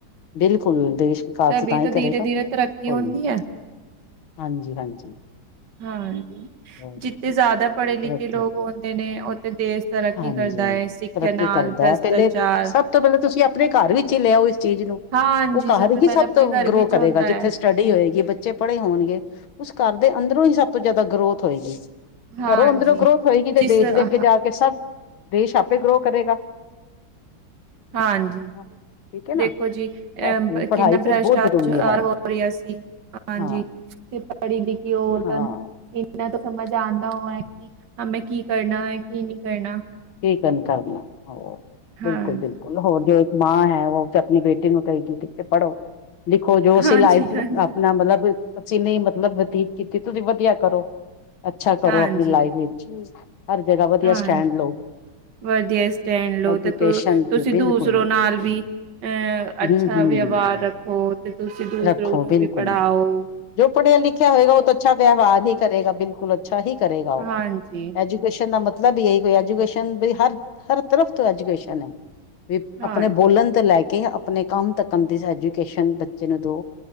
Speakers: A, on the left; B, on the right.
A: ਬਿਲਕੁਲ, ਦੇਸ਼ ਕਾਲਸ,
B: ਤਭੀ
A: ਤਾਂ ਹੀ
B: ਧੀਰੇ
A: ਕਰੇਗਾ,
B: ਧੀਰੇ ਤਰੱਕੀ
A: ਕੋਈ
B: ਹੁੰਦੀ
A: ਨ।
B: ਹੈ
A: ਹਾਂਜੀ- ਹਾਂਜੀ।
B: ਹਾਂਜੀ।
A: ਹੋਰ
B: ਜਿੱਥੇ ਜ਼ਿਆਦਾ ਪੜੇ- ਲਿਖੇ,
A: ਤਰੱਕੀ
B: ਲੋਕ ਆਉਂਦੇ ਨੇ, ਉੱਥੇ ਦੇਸ਼। ਤਰੱਕੀ
A: ਹਾਂਜੀ
B: ਕਰਦਾ ਹੈ। ਸਿੱਖਿਆ
A: ਤਰੱਕੀ
B: ਨਾਲ,
A: ਕਰਦਾ
B: ਭ੍ਰਿਸ਼ਟਾਚਾਰ।
A: ਹੈ ਪਹਿਲੇ ਸਭ ਤੋਂ ਪਹਿਲਾਂ, ਤੁਸੀਂ ਆਪਣੇ ਘਰ ਵਿੱਚ ਹੀ, ਲਿਆਓ ਇਸ ਚੀਜ਼ ਨੂੰ।
B: ਹਾਂਜੀ
A: ਉਹ ਘਰ
B: ਪਹਿਲਾਂ
A: ਹੀ ਸਭ
B: ਆਪਣੇ
A: ਤੋਂ
B: ਘਰ
A: ਗਰੋ
B: ਵਿੱਚ
A: ਕਰੇਗਾ
B: ਹੁੰਦਾ
A: ਜਿੱਥੇ।
B: ਹੈ
A: ਸਟੱਡੀ ਹੋਏਗੀ। ਬੱਚੇ ਪੜੇ ਹੋਣਗੇ। ਉਸ ਘਰ ਦੇ ਅੰਦਰੋਂ ਹੀ, ਸਭ ਤੋਂ ਜ਼ਿਆਦਾ ਗਰੋਥ ਹੋਏਗੀ।
B: ਹਾਂਜੀ।
A: ਘਰੋ ਅੰਦਰੋਂ, ਗਰੋਥ ਹੋਏਗੀ। ਤੇ
B: ਜਿਸ
A: ਦੇਸ਼ ਦੇ
B: ਹਾਂ
A: ਅੱਗੇ ਜਾ ਕੇ ਸਭ, ਦੇਸ਼ ਆਪੇ ਗਰੋ ਕਰੇਗਾ।
B: ਹਾਂਜੀ।
A: ਠੀਕ ਹੈ ਨਾ
B: ਦੇਖੋ ਜੀ। ਅਹ
A: ਬਸ ਪੜ੍ਹਾਈ
B: ਕਿੰਨਾ, ਭ੍ਰਿਸ਼ਟਾਚਾਰ
A: ਤੇ ਬਹੁਤ ਜ਼ਰੂਰੀ ਹੈ
B: ਹੋ ਰਿਹਾ ਸੀ। ਹਾਂਜੀ।
A: ਹਾਂ
B: ਤੇ ਪੜੀ- ਲਿਖੀ ਔਰਤਾਂ
A: ਹਾਂ
B: ਨੂੰ, ਇਨਾ ਤੇ ਸਮਝ ਆਉਂਦਾ ਹੋ ਹੈ। ਹਾਂ ਮੈਂ, ਕੀ ਕਰਨਾ ਹੈ, ਕੀ ਨਹੀਂ ਕਰਨਾ।
A: ਕੀਕਨ ਕਰਨਾ ਅਪਨਾ ਹੋਰ।
B: ਹਾਂਜੀ
A: ਬਿਲਕੁਲ- ਬਿਲਕੁਲ ਹੋਰ ਜੋ। ਮਾਂ ਹੈ ਉਹ, ਤੇ ਆਪਣੀ ਬੇਟੀ ਨੂੰ, ਕਹੇਗੀ ਤੇ, ਪੜੋ। ਦੇਖੋ ਜੋ, ਅਸੀਂ
B: ਹਾਂਜੀ
A: ਲਾਈਫ ਨੂੰ,
B: ਹਾਂਜੀ
A: ਆਪਣਾ ਮਤਲਬ ਅਸੀਂ, ਨਹੀਂ ਮਤਲਬ ਬਤੀਤ ਕੀਤੀ। ਤੁਸੀਂ ਵਧੀਆ ਕਰੋ। ਅੱਛਾ ਕਰੋ,
B: ਹਾਂਜੀ
A: ਆਪਣੀ ਲਾਈਫ ਵਿੱਚ। ਹਰ ਜਗਾ ਵਧੀਆ
B: ਹਾਂਜੀ।
A: ਸਟੈਂਡ ਲਓ।
B: ਵਧੀਆ ਸਟੈਂਡ ਲੋ,
A: ਐਜੂਕੇਸ਼ਨ
B: ਤੇ ਤੁਸੀਂ,
A: ਤੇ
B: ਦੂਸਰੋ
A: ਬਿਲਕੁਲ
B: ਨਾਲ ਵੀ। ਅ-
A: ਹੂੰ
B: ਅੱਛਾ
A: ਹੂੰ
B: ਵਿਵਹਾਰ ਰੱਖੋ। ਤੇ ਤੁਸੀਂ, ਦੂਸਰੋ
A: ਰੱਖੋ
B: ਨੂੰ
A: ਬਿਲਕੁਲ
B: ਵੀ ਪੜਾਓ।
A: ਜੋ ਪੜਿਆ- ਲਿਖਿਆ, ਹੋਏਗਾ। ਉਹ ਤਾਂ ਅੱਛਾ, ਵਿਵਹਾਰ ਹੀ ਕਰੇਗਾ। ਬਿਲਕੁਲ ਅੱਛਾ ਹੀ, ਕਰੇਗਾ
B: ਹਾਂਜੀ।
A: ਉਹ। ਐਜੂਕੇਸ਼ਨ ਦਾ, ਮਤਲਬ ਹੀ ਐ ਹੋਇਆ। ਕੋਜੂਕੇਸ਼ਨ ਹਰ, ਹਰ ਤਰਫ ਤੋਂ ਐਜੂਕੇਸ਼ਨ ਹੈ। ਵੀ
B: ਹਾਂਜੀ
A: ਆਪਣੇ ਬੋਲਣ ਤੋਂ ਲੈ ਕੇ। ਆਪਣੇ ਕੰਮ, ਤੱਕ ਦੀ ਐਜੂਕੇਸ਼ਨ। ਜਿਨੂੰ ਦੋ,